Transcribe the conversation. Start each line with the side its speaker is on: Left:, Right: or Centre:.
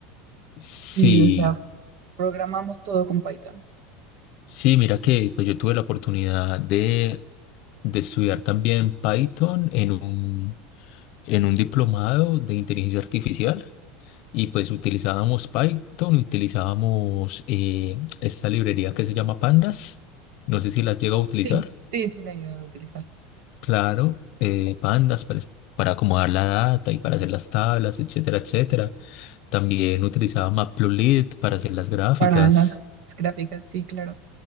Left: Sí.
Right: Sí, o sea, programamos todo con Python.
Left: Sí, mira que pues yo tuve la oportunidad de, de estudiar también Python en un, en un diplomado de inteligencia artificial y pues utilizábamos Python y utilizábamos eh, esta librería que se llama Pandas. No sé si las llega a utilizar.
Right: Sí, sí, sí, la he ido a utilizar
Left: Claro, eh, Pandas para, para acomodar la data y para hacer las tablas, etcétera, etcétera. También utilizaba Matplotlib para hacer las gráficas.
Right: para las gráficas, sí, claro.